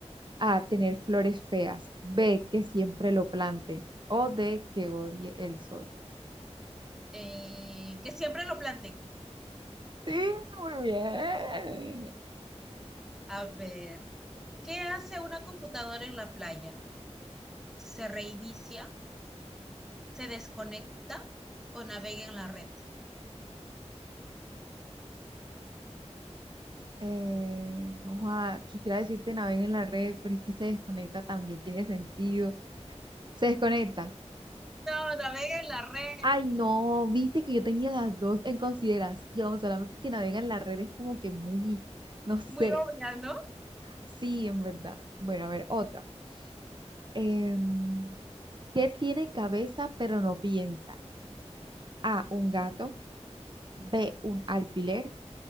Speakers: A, on the right (about 40°); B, in the centre.
A: A, tener flores feas. B, que siempre lo planten. O D, que odie el sol.
B: Eh, que siempre lo planten.
A: Sí, muy bien.
B: A ver, ¿qué hace una computadora en la playa? ¿Se reinicia? ¿Se desconecta? ¿O navega en la red?
A: Eh, ojalá, quisiera decirte naveguen en la red, pero es que se desconecta también, tiene sentido. Se desconecta.
B: No, navega en la red.
A: Ay, no, viste que yo tenía las dos en consideración, solamente que navega en la red es como que muy, no sé.
B: Muy obvia, ¿no?
A: Sí, en verdad. Bueno, a ver, otra. Em, ¿qué tiene cabeza pero no piensa? A, un gato. B, un alfiler